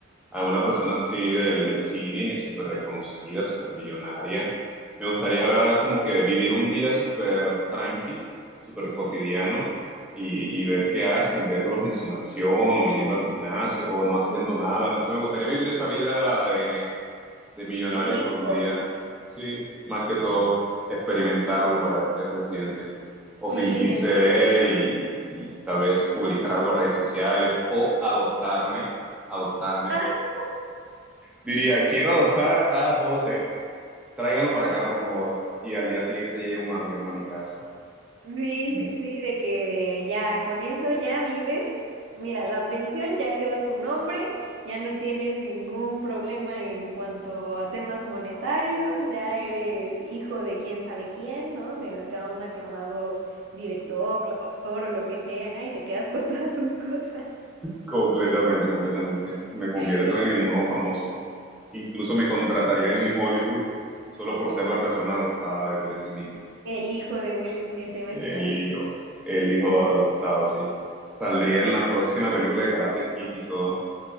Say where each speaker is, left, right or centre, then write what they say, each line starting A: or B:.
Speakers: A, in the centre; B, on the right.
A: alguna persona así del, del cine, súper reconocida, súper millonaria. Me gustaría como que vivir un día súper tranqui, súper cotidiano y, y ver qué hacen, verlos en su mansión o yendo al gimnasio o no haciendo nada. No sé, me gustaría vivir esa vida de, de millonario
B: De rico.
A: por un día. Sí, más que todo, experimentarlo para ver qué se siente. O fingir
B: Sí, de
A: ser
B: que.
A: él y, y y tal vez publicar algo en redes sociales o adoptarme adoptarme
B: <laughs>
A: Diría, quiero adoptar a José, tráiganlo para acá, por favor. Y al día siguiente llega un avión a mi casa.
B: Sí,
A: Mm.
B: sí, sí, de que ya con eso ya vives. Mira, la pensión ya quedó a tu nombre, ya no tienes ningún problema en cuanto a temas monetarios, ya eres hijo de quién sabe quién, ¿no? De acá un aclamado director o actor o lo que sea, y te quedas con <laughs> todas sus cosas.
A: Completamente, completamente. Me convierto
B: <laughs>
A: en el nuevo famoso. Incluso me contratarían en Hollywood solo por ser la persona adoptada de Will Smith.
B: El hijo de Will Smith, ¿te imaginas?
A: El hijo, el hijo adoptado, sí. Saldría en la próxima película de Karate Kid y todo.